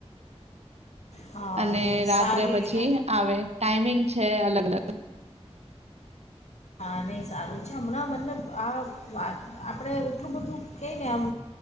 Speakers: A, on the left; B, on the right.
A: હા
B: અને
A: નહીં
B: રાત્રે
A: સારું
B: પછી
A: છે
B: આવે ટાઈમિંગ છે, અલગ અલગ
A: હા.. નહીં સારું છે. હમણાં મતલબ આ વાત આપણે એટલું બધું કહીએ ને આમ